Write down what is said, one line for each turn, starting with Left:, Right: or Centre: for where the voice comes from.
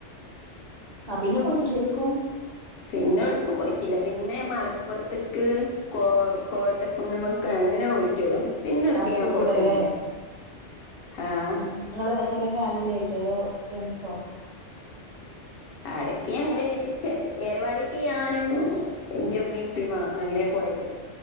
Right: ആ പിന്നെ പോയിട്ടില്ലേ എടുക്കും
Left: പിന്നെ ഒട്ക്കും പോയിട്ടില്ല പിന്നെ മലപ്പെർത്ക്ക് കോ കോട്ടക്കുന്നുമക്ക് അങ്ങനെ പോയിട്ടെളു പിന്നെടുക്കും
Right: അടുത്ത്
Left: ഞാൻ
Right: കൂടെല്ലേ
Left: പോയിട്ടെന്നുല്ല ആഹ്
Right: നിങ്ങള് എങ്ങനെ ഫാമിലിയായിട്ടോ അതോ ഫ്രണ്ട്സോ
Left: അടക്ക് ഞങ്ങള് ഏർവാടിക്ക് ഞാനും ഇന്റെ ഉമ്മി ഇപ്പിമ്മ അങ്ങനെ പോയത്